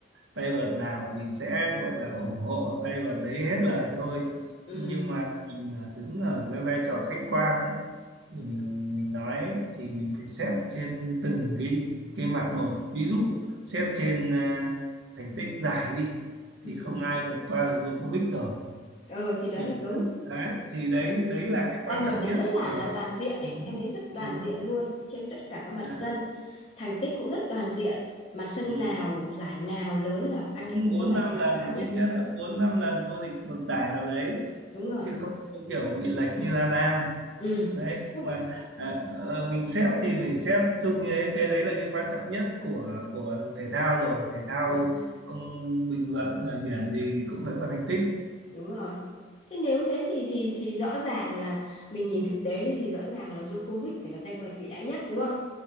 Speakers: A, on the right; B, on the left.
A: tay vợt nào thì sẽ gọi là ủng hộ tay vợt đấy hết lời thôi
B: Ừ.
A: nhưng mà mình à, đứng ở cái vai trò khách quan ấy thì mình mình nói thì mình phải xét trên từng cái cái mặt một ví dụ xét trên à, thành tích giải đi thì
B: Ừ.
A: không ai vượt qua được Djokovic rồi
B: Ờ thì
A: mình
B: đấy đúng.
A: đấy thì đấy
B: Ừ.
A: đấy là cái quan
B: Tay vợt
A: trọng
B: này
A: nhất
B: rất là
A: của
B: là toàn diện
A: đúng,
B: ấy, em thấy rất
A: đúng
B: toàn
A: không
B: diện luôn trên tất cả các mặt
A: đấy
B: sân. Thành tích cũng rất toàn diện. Mặt sân
A: ừ.
B: nào, giải nào lớn là anh
A: cũng
B: ấy cũng
A: bốn
B: có giải
A: năm
B: vàng
A: lần
B: cao
A: ít
B: nhất.
A: nhất là bốn năm lần vô địch một giải nào đấy
B: Đúng rồi.
A: chứ không có kiểu bị lệch như Nadal
B: Ừ.
A: đấy nhưng
B: Không.
A: mà à,
B: Ừ.
A: ờ, mình xếp thì mình xếp chung như đấy cái đấy là cái quan trọng nhất của của thể thao rồi thể thao
B: Ừ.
A: ông bình luận rời biển gì thì cũng phải có thành tích
B: Đúng rồi. Thế nếu thế thì thì thì rõ ràng là mình nhìn thực tế thế thì rõ ràng là Djokovic phải là tay vợt vĩ đại nhất đúng không?